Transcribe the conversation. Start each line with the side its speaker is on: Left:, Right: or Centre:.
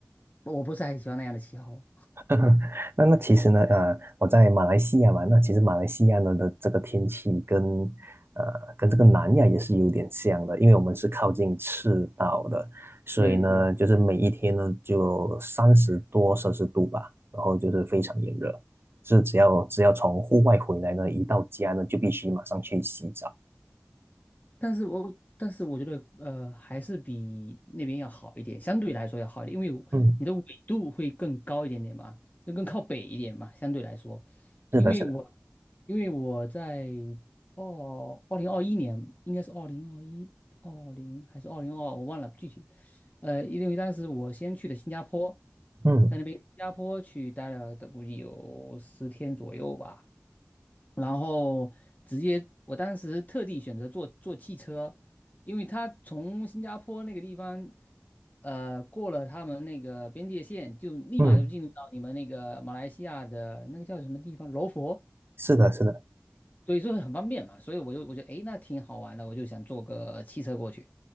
Left: 我不是很喜欢那样的气候。
Right: <laughs> 那那其实呢，呃，我在马来西亚嘛，那其实马来西亚呢的这个天气跟呃跟这个南亚也是有点像的，因为我们是靠近赤道的，所以呢，
Left: 对对。
Right: 就是每一天呢就三十多摄氏度吧，然后就是非常炎热，是只要只要从户外回来呢，一到家呢就必须马上去洗澡。
Left: 但是我但是我觉得呃还是比那边要好一点，相对来说要好一点，因为你的纬度会更高一点点嘛，
Right: 嗯，
Left: 就更靠北一点嘛，相对来说，
Right: 是的，
Left: 因为我
Right: 是的，
Left: 因为我在哦二零二一年应该是二零二一二零还是二零二二我忘了具体，呃因为当时我先去的新加坡，
Right: 嗯
Left: 在那边新加坡去待了的估计有十天左右吧。然后直接我当时特地选择坐坐汽车，因为他从新加坡那个地方，呃，过了他们那个边界线，就立马就进入到你们那个马来西亚的那个叫什么地方，
Right: 嗯，
Left: 罗佛，
Right: 是的，是的，
Left: 所以说很方便嘛，所以我就我就得诶，那挺好玩的，我就想坐个汽车过去，